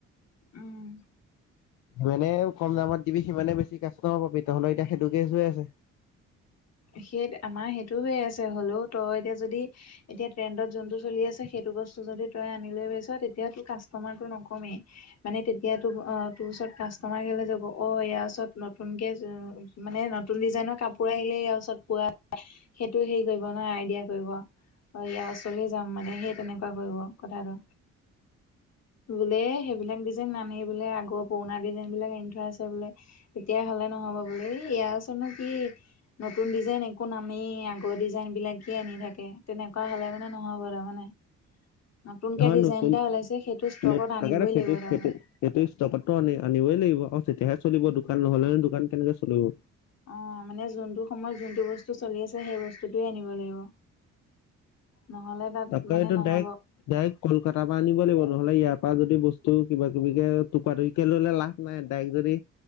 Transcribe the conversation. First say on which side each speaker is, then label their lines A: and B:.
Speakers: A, on the left; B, on the left.
A: উম।
B: সিমানে কম দামত দিবি সিমানে বেছি কাষ্টমাৰ পাবি তহঁলে এতিয়া সেইটোকেজ হৈ আছে
A: সেই আমাৰ সেইটো হৈ আছে হ'লেও তই এতিয়া যদি এতিয়া ট্ৰেণ্ডত যোনটো চলি আছে সেইটো বস্তু যদি তই আনি লৈৈছ তেতিয়া তো কাষ্টমাৰতটো নকমেই মানে তেতিয়া তোৰ অ তোৰ ওচৰত কাষ্টমাৰ কেলে যাব অ ইয়াৰ ওচৰত নতুনকে মানে নতুন ডিজাইনৰ কাপোৰ আহিলে ছত পোৱা সেইটো হেৰি কৰিব নহয় আইডিয়া কৰিব। অ ইয়াৰ ওচৰ যাম মানে সেই তেনেকুৱা কৰিব কথাটো। বোলে সেইবিলাক ডিজাইন নানি বোলে আগৰ পুৰণা ডিজাইন বিলাক আনি থৈ আছে বোলে তেতিয়াহ'লে নহ'ব বোলে এয়াওচনো কি নতুন ডিজাইন একো নামেই আগৰ ডিজাইনবিলাকেই আনি থাকে তেনেকুৱা হ'লে মানে নহ'য়ব তাৰমানে। নতুনকে
B: হা
A: ডিজাইন
B: নতন
A: এটা ওলাইছে সেইটো ষ্টকত
B: ন
A: আনিবই
B: ককাৰ ফেইটো
A: লাগিব তাৰমানে।
B: সেট। এইটো ষ্টকতো আনে আনিবই লাগিব আৰু তেতিয়াহে চলিব দোকান নহলে দোকান কেনেকে চলিব।
A: অ মানে যোনটো সময়ত যোনটো বস্তু চলি আছে সেই বস্তুটোৱে আনিব লাগিব। নহ'লে তাত
B: তাপ
A: মানে
B: এইতটো
A: নহ'ব
B: ডাইৰেক্ট ডাইৰেক্ট কলকাতাৰ পৰা আনিব লাগিব নহ'লে ইয়াৰ পৰা যদি বস্তু কিবা কিবি টপা টপিৰিকে লৈ ললে লা নাই ডাইক্ যদি